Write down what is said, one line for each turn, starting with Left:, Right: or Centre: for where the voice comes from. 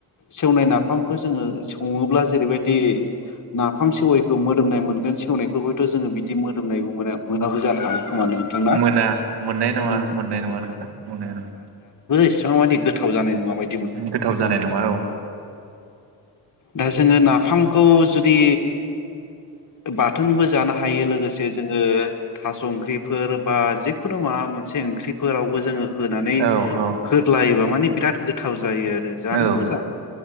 Left: सेवनाय नाफामखौ जोङो सङोब्ला जेरैबायदि नाफाम सेवैखौ मोदोमनाय मोनगोन सेवनायखौ हयथ जोङो बिदि मोदोमनायबो मोनाबो जानो हागौ। खोमा नोंथां‌ ना?
Right: मोना मोननाय नङा
Left: उम
Right: मोननाय नङा नोंथां मोननाय नङा
Left: बेसिबां मानानि गोथाव जानाय नङााबायदि
Right: गोथाव जानाय नङा औ
Left: दा जोङो नाफामखौ जुदि बाथोनबो ज जानो हायो लोगोसे जोङो थास' ओंख्रिफोर बा जिखुनु माबा मोनसे ओंख्रिफोरावबो जोङो होनानै
Right: औ औ
Left: हो स्लायोबा माने बिराद गोथाव जायो आरो जानो
Right: औ
Left: मोजां